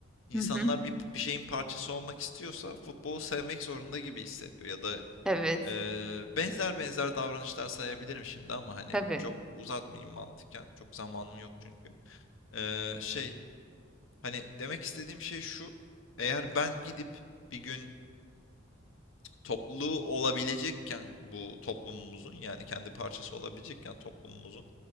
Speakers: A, on the left; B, in the centre.
A: İnsanlar
B: Hı hı.
A: bir, bir şeyin parçası olmak istiyorsa futbolu sevmek zorunda gibi hissediyor ya da
B: Evet.
A: eee, benzer benzer davranışlar sayabilirim şimdi ama hani
B: Tabii.
A: çok uzatmayayım mantıken. Çok zamanım yok çünkü. Eee, şey Hani demek istediğim şey şu. Eğer ben gidip bir gün topluluğu olabilecekken bu toplumumuzun yani kendi parçası olabilecekken toplumumuzun